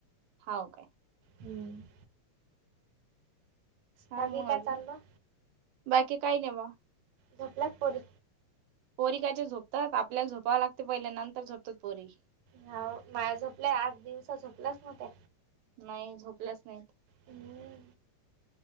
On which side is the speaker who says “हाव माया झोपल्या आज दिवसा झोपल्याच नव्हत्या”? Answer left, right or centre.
Right